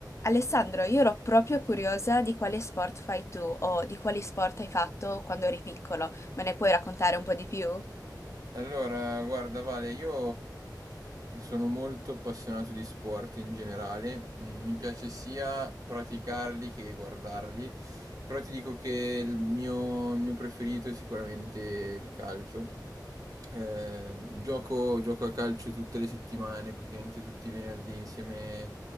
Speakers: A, on the left (about 40°); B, on the right (about 50°).
A: Alessandro, io ero proprio curiosa di quale sport fai tu o di quali sport hai fatto quando eri piccolo. Me ne puoi raccontare un po' di più?
B: Allora, guarda Vale, io sono molto appassionato di sport in generale, Mm, mi piace sia praticarli che guardarli, però ti dico che il mio, il mio preferito è sicuramente il calcio. Eh, gioco, gioco a calcio tutte le settimane, praticamente tutti i venerdì insieme